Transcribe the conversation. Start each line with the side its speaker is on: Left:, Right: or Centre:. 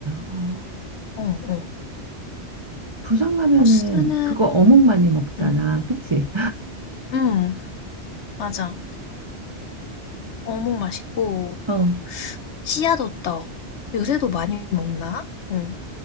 Right: 어,
Left: 어, 어.
Right: 부산 가면은,
Left: 버스는,
Right: 그거 어묵 많이 먹잖아.
Left: 응,
Right: 그치?
Left: 응, 맞아. 어묵 맛있고,
Right: 어,
Left: 씨앗 호떡. 요새도 많이 먹나? 응.